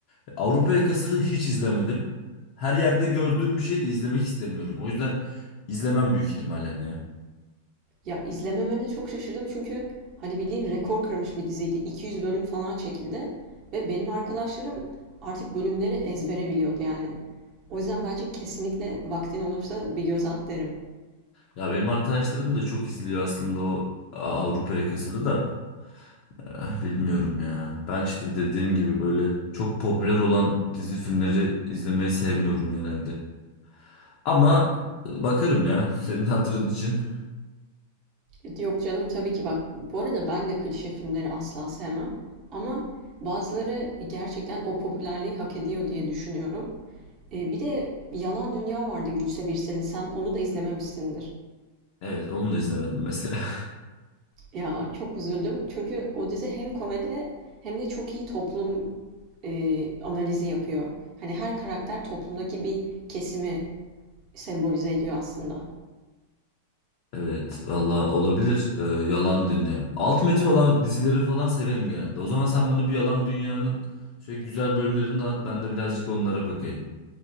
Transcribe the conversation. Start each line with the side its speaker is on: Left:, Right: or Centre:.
Left: E, Avrupa Yakası'nı hiç izlemedim. Her yerde gördüğüm bir şey de izlemek istemiyorum. O yüzden izlemem büyük ihtimalle ya.
Right: Ya, izlememene çok şaşırdım çünkü, hani, bildiğin rekor kırmış bir diziydi. 200 bölüm falan çekildi ve benim arkadaşlarım artık bölümleri ezbere biliyordu, yani. O yüzden bence kesinlikle vaktin olursa bir göz at derim.
Left: Ya benim arkadaşlarım da çok izliyor aslında o Avrupa Yakası'nı da. Eh, bilmiyorum ya. Ben işte dediğim gibi böyle çok popüler olan dizi filmleri izlemeyi sevmiyorum genelde. Ama bakarım ya senin hatırın için.
Right: E, Yok canım, tabii ki bak, bu arada ben de klişe filmleri asla sevmem ama bazıları gerçekten o popülerliği hak ediyor diye düşünüyorum. Eee, bir de Yalan Dünya vardı Gülse Birsel'in. Sen onu da izlememişsindir.
Left: Evet onu da izlemedim mesela. <laughs>
Right: Ya çok üzüldüm. Çünkü o dizi hem komedi hem de çok iyi toplum eee, analizi yapıyor. Hani her karakter toplumdaki bir kesimi sembolize ediyor aslında.
Left: Evet valla olabilir Ee, Yalan Dünya. Alt metin olan dizileri falan severim genelde. O zaman sen bana bir Yalan Dünya'nın şöyle güzel bölümlerini dağıt ben de birazcık onlara bakayım.